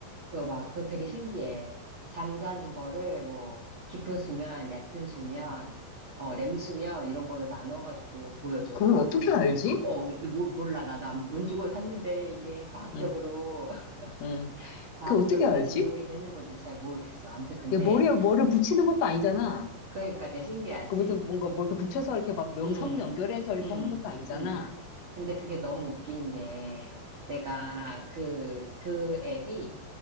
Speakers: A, on the right; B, on the left.
A: 그거 막, 그거 되게 신기해. 잠자는 거를 뭐, 깊은 수면, 얕은 수면, 어, 렘 수면, 이런 걸로 나눠가지고 보여줘.
B: 그걸
A: 근데 어,
B: 어떻게
A: 뭐,
B: 알지?
A: 어, 근데 뭐- 몰라. 나난돈 주고 샀는데 이게 과학적으로,
B: 응,
A: <laughs>
B: 응.
A: 과학적으로
B: 그걸 어떻게 알지?
A: 증명이 되는 건지 잘 모르겠어. 아무튼 근데,
B: 얘 머리에 뭐를 붙이는 것도 아니잖아.
A: 그러니까 되게 신기하지.
B: 그것도 뭔가 뭘 이렇게 붙여서 이렇게 막 명성
A: 음,
B: 연결해서 이렇게
A: 음,
B: 하는 것도 아니잖아.
A: 음. 근데 그게 너무 웃긴 게 내가 그, 그 앱이